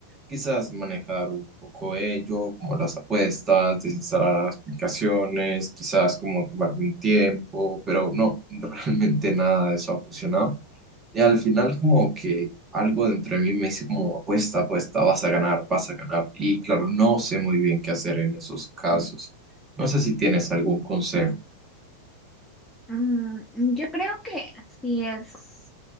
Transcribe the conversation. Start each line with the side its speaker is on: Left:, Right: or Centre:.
Right: Quizás manejar un poco ello, como las apuestas, desinstalar las aplicaciones, quizás como tomarme un tiempo, pero no, <laughs> realmente nada de eso ha funcionado. Y al final como que algo dentro de mí me dice como apuesta, apuesta, vas a ganar, vas a ganar. Y claro, no sé muy bien qué hacer en esos casos. No sé si tienes algún consejo.
Centre: Mm, yo creo que si es